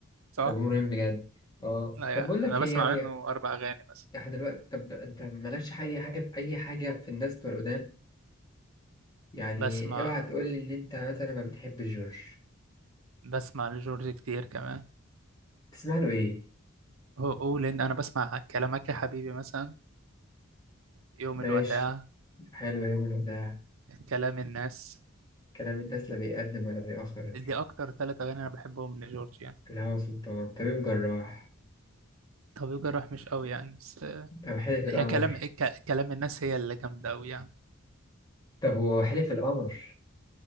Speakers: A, on the right; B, on the left.
A: صح؟
B: ألبوم رهيب بجد اه
A: لا يا.
B: طب بقول لك
A: انا بسمع
B: ايه يعني
A: منه اربع اغاني مثلا
B: احنا دلوقتي طب انت مالكش اي حاجة في اي حاجة في الناس بتوع القدام يعني
A: بسمع
B: اوعى تقول لي ان انت مثلا ما بتحبش جورج
A: بسمع لجورج كتير كمان
B: تسمع له ايه
A: أو- قول إن أنا بسمع كلامك يا حبيبي مثلا يوم
B: ماشي
A: الوداع
B: حلو يا ده
A: كلام الناس
B: كلام الناس لا بيقدم ولا بيأخر
A: دي أكتر ثلاث أغاني أنا بحبهم لجورج يعني
B: الهوى سلطان طبيب جراح
A: طبيب جراح مش قوي يعني بس
B: طب حلف
A: هي
B: القمر
A: كلام ك- كلام الناس هي اللي جامدة أوي يعني
B: طب هو حلف القمر